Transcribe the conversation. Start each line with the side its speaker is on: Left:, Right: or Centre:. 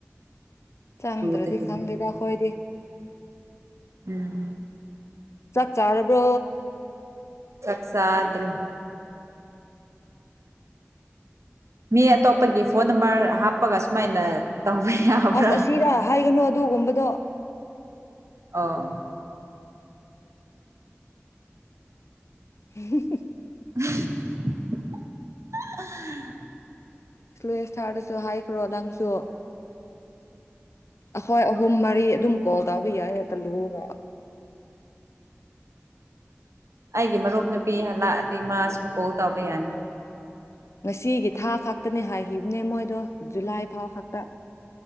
Left: ꯆꯪꯗ꯭ꯔꯗꯤ꯫
Right: ꯑꯗꯨꯗꯒꯤꯅꯤ
Left: ꯈꯪꯗꯦꯗꯥ ꯑꯈꯣꯏꯗꯤ꯫
Right: <inaudible>
Left: ꯆꯥꯛ ꯆꯔꯕ꯭ꯔꯣ꯫
Right: ꯆꯥꯥꯗ꯭ꯔ꯫ ꯃꯤ ꯑꯇꯣꯞꯄꯒꯤ ꯐꯣꯟ ꯅꯝꯕꯔ ꯍꯥꯞꯄꯒ ꯁꯨꯃꯥꯏꯅ꯫ ꯇꯧꯕ ꯌꯥꯕ꯭ꯔꯥ
Left: ꯑꯁ ꯑꯁꯤꯔꯥ ꯍꯥꯏꯒꯅꯨ ꯑꯗꯨꯒꯨꯝꯕꯗꯣ꯫
Right: ꯑꯣ
Left: <unintelligible>
Right: <unintelligible>
Left: ꯁ꯭ꯂꯨꯑꯦꯁꯊꯥꯔꯗꯁꯨ ꯍꯥꯏꯈ꯭ꯔꯣ ꯅꯪꯁꯨ꯫ ꯑꯩꯈꯣꯏ ꯑꯍꯨꯝ ꯃꯔꯤ꯫ <unintelligible> ꯇꯧꯕ ꯌꯥꯌꯦ ꯀꯂꯨ <unintelligible>
Right: <inaudible> ꯑꯩꯒꯤ ꯃꯔꯨꯞ ꯅꯨꯄꯤ ꯍꯂꯛꯑꯗꯤ ꯃꯥꯁꯨ ꯀꯣꯜ ꯇꯧꯕ ꯌꯥꯅꯤ꯫
Left: ꯉꯁꯤꯒꯤ ꯊꯥ ꯈꯛꯇꯅꯦ ꯍꯥꯏ꯫ ꯈꯤꯕꯅꯦ ꯃꯣꯏꯗꯣ ꯖꯨꯂꯥꯏ ꯐꯥꯎ ꯈꯛ꯫ ꯇ꯫